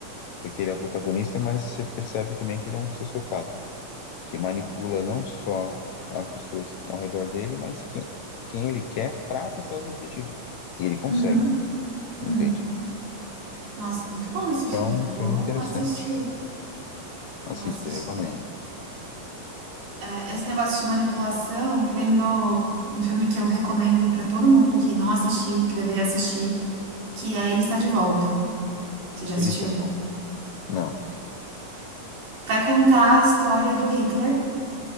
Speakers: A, on the left; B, on the right.
A: porque ele é o protagonista, mas você percebe também que ele é um sociopata, que manipula não só as pessoas ao redor dele, mas quem, quem ele quer para alcançar os objetivos. E ele consegue,
B: Uhum, uhum.
A: entende?
B: Nossa, muito bom esse
A: Então,
B: filme.
A: é um
B: Eu
A: filme
B: vou
A: interessante.
B: assistir. Vou
A: Assista,
B: assistir.
A: recomendo.
B: É, esse negócio de manipulação me lembrou um filme que eu recomendo pra todo mundo que não assistiu, que deveria assistir, que é Ele Está de Volta. Você já assistiu?
A: Ele está de bom. Não.
B: Vai contar a história do Hitler,